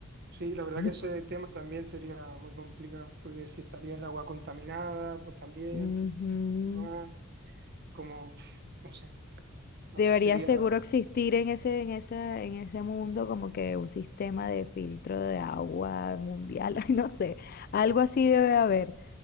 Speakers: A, on the right; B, on the left.
A: Sí, la verdad
B: <laughs>
A: que ese tema también sería muy complicado, porque si estaría el agua contaminada, pues también,
B: Ujú.
A: no, como, pf, no sé, no
B: Debería
A: sería
B: seguro existir en ese, en esa, en ese mundo como que un sistema de filtro de agua mundial, <laughs> ay, no sé, algo así debe haber.